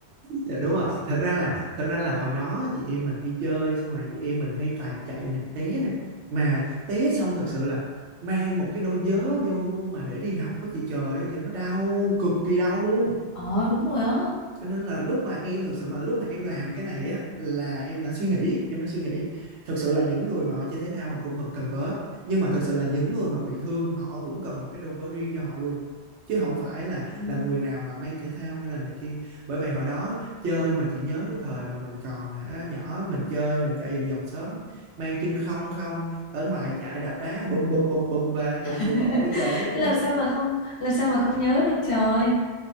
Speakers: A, on the right; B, on the left.
A: dạ, đúng rồi thật ra là thật ra là hồi đó chị em mình hay chơi xong rồi chị em mình hay chạy chạy nè té nè mà té xong thật sự là mang một cái đôi vớ vô mà để đi học với chị trời ơi trời nó đau cực kỳ đau luôn
B: Ờ đúng rồi á.
A: cho nên là lúc mà em thực sự mà lúc mà em làm cái này á là em đã suy nghĩ em đã suy nghĩ thực sự là những người mà họ chơi thể thao họ cũng vẫn cần vớ nhưng mà thực sự là những người mà bị thương họ cũng cần một cái đôi vớ riêng cho họ luôn chứ không phải là
B: Ừ.
A: là người nào mà mang thể thao hay là này kia bởi vậy hồi đó chơi mà chị nhớ cái thời mà mình còn hả nhỏ mình chơi mình chạy vòng vòng sớm mang chân không không ở ngoài chạy đập đá bùm bùm bùm bùm về bình
B: <laughs>
A: thường còn bây giờ mấy đứa
B: Làm
A: con nít
B: sao mà không làm sao mà không nhớ được trời.